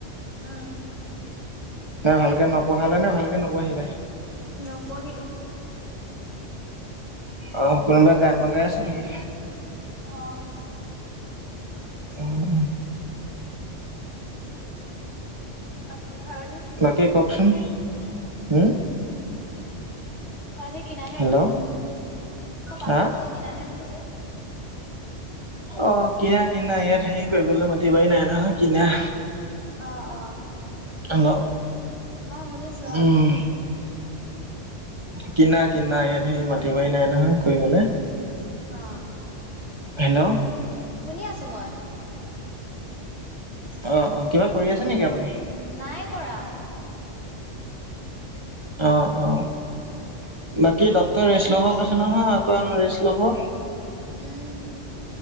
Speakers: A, on the left; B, on the right.
A: উম
B: নে ভালকে নপঢ়ালে নে ভালকৈ নপঢ়িলাই?
A: নপঢ়িলো।
B: আহ, কোনোবাই গান লগাই আছে নেকি?
A: অ',
B: অ অ।
A: <unintelligible>
B: বাকী কওকচোন, উম।
A: সে কিনাহে
B: হেল্ল'
A: বোলে, অ', পাচলি
B: হা
A: খিনি কিনাহে বোলো
B: অ', কিনা কিনা ইয়াত
A: পাচলি
B: খেতি কৰিবলৈ মাটি বাৰী নাই নহয় কিনা।
A: অ অহ
B: আ,
A: শুনিছো অ'।
B: উম। কিনা কিনা ইয়াত সেই মাটি বাৰি নাই নহয় কৰিবলে।
A: অহ
B: হেল্ল'!
A: শুনি আছো মই।
B: অ অ, কিবা কৰি আছে নেকি আপুনি?
A: নাই কৰা।
B: অ অ, বাকী ডক্টৰে ৰেষ্ট ল'ব কৈছে নহয় অকমান ৰেষ্ট ল'ব।
A: উম।